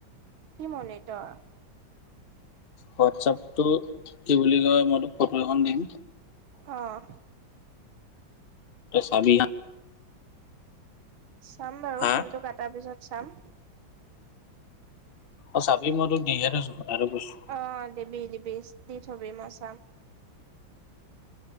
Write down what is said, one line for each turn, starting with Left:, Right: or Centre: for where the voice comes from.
Right: কি মনিটৰ?
Left: হোৱাটছঅপটো কি বুলি কয়, মইতোক ফটো এখন দিম।
Right: অ'।
Left: তই চাবি হা।
Right: চাম বাৰু,
Left: হা
Right: ফোনটো কাটাৰ পিছত চাম।
Left: অ', চাবি, মই তোক দিহে থৈছো। কথাটো কৈছো
Right: অ', দিবি দিবি, দি থবি মই চাম।